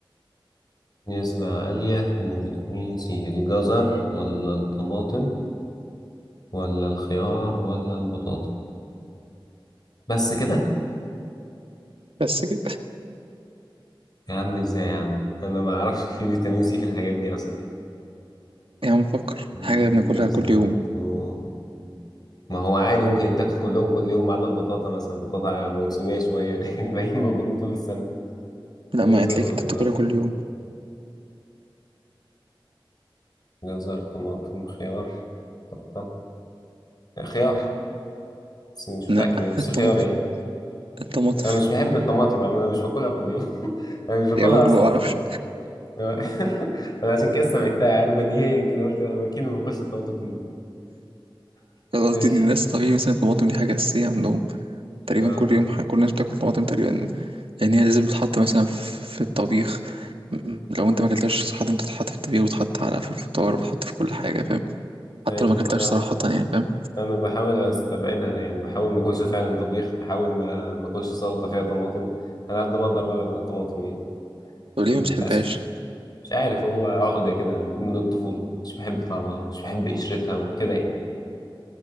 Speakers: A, on the left; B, on the right.
A: نسبة عالية من فيتامين سي الجزر ولا الطماطم ولا الخيار ولا البطاطا بس كده
B: بس كده
A: يا عم ازاي يا عم انا ما اعرفش في فيتامين سي في الحاجات دي اصلا
B: يا عم فكر
A: <laughs>
B: حاجة بناكلها
A: جزر
B: كل يوم
A: طماطم ما هو عادي ممكن يتاكل كلهم كل يوم ما عدا البطاطا مثلا البطاطا موسمية شوية <laughs> لكن الباقيين موجودين طول السنة
B: لا ما
A: جزر
B: هتلاقيك
A: ولا
B: انت بتاكلها
A: طماطم؟
B: كل يوم
A: جزر طماطم خيار بطاطا خيار بس مش متأكد
B: لا
A: يعني بس
B: الطماطم
A: خيار يعني
B: الطماطم
A: أنا مش بحب الطماطم يعني أنا مش باكلها كل يوم <laughs>
B: <laughs>
A: أنا مش باكلها
B: يا راجل
A: أصلا
B: ما بعرفش
A: الطماطم <laughs> أنا عشان كده استبعدتها عارف بديهيا كده قلت أنا أكيد ما باكلش الطماطم كل يوم <laughs>
B: <laughs> أنا قصدي
A: ماشي
B: ان الناس طبيعي مثلا الطماطم دي حاجة أساسية عندهم تقريبا
A: أه
B: كل يوم ح- كل الناس بتاكل طماطم تقريبا لأن هي لازم تتحط مثلا في في الطبيخ لو انت ما اكلتهاش صراحة بتتحط في الطبيخ وتتحط على في الفطار بتتحط في كل حاجة فاهم حتى
A: أيوه
B: لو ما اكلتهاش
A: أنا
B: صراحة يعني فاهم
A: أنا بحاول أستبعدها يعني بحاول ما أكلش فعلا طبيخ بحاول ما ما أكلش سلطة فيها طماطم على قد ما أقدر ببعد عن الطماطم يعني
B: طب ليه ما
A: للأسف
B: بتحبهاش
A: مش عارف هو عقدة كده من من الطفولة مش بحب طعمها مش بحب قشرتها وكده يعني